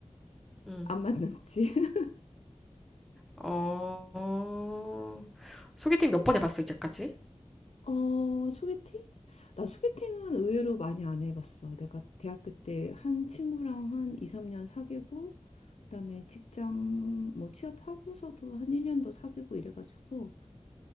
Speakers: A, in the centre; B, on the left.
A: 응.
B: 안 만났지. <laughs>
A: 어, 어. 소개팅 몇번 해봤어, 이제까지?
B: 어, 소개팅? 나 소개팅은 의외로 많이 안 해봤어. 내가 대학교 때 한 친구랑 한 2, 3년 사귀고, 그다음에 직장 뭐 취업하고서도 한 1년 더 사귀고 이래가지고,